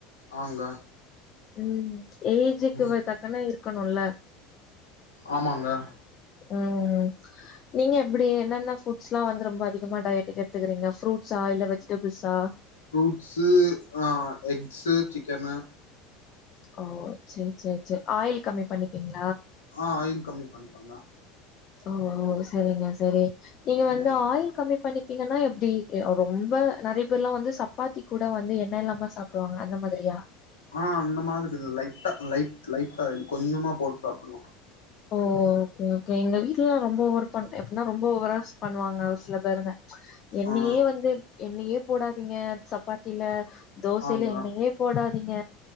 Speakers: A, on the left; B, on the left.
A: ஆங்க
B: ம் ஏஜுக்கு
A: ம்
B: வ தக்கன்னருக்கணுல
A: ஆமாங்க
B: ம் <inaudible> நீங்க எப்டி என்னென்ன புட் ஃரூட்ஸ்லா வந்து ரொம்ப அதிகமா டயட் எடுத்துக்கிறீங்க ஃரூட்ஸா இல்ல வெஜிடபிள்ஸா
A: ஃப்ரூட்ஸு ஆஹ் எக்ஸு சிக்கன்னு
B: ஓ சேரி சேரி சேரி ஆயில் கம்மி பண்ணிப்பீங்க
A: ஆ ஆயில் கம்மி பண்ணிட்டாங்க
B: ஓ ஓ சேரிங்க சேரி நீங்க வந்து
A: ம்
B: ஆயில் கம்மி பண்ணி நீங்கன்னா எப் எப்டி ரொம்ப நெறய பேர்ல்லா வந்து சப்பாத்தி கூட வந்து எண்ண இல்லாம சாப்டுவாங்க அந்த மாதிரியா
A: ஆ அந்த மாதிரி லைட்டா லைட் லைட் ஆயில் கொஞ்சமா போட்டு சாப்டுவோ
B: ஓ ஓகே எங்க வீட்ல்லா ரொம்ப ஓவர் எப்டினா ரொம்ப வராஸ் பண்ணுவாங்க சில பேருங்க என்னயே
A: ஆ
B: வந்து என்னயே போடாதீங்க சப்பாத்தில தோசையில
A: ஆங்க
B: என்னயே போடாதீங்க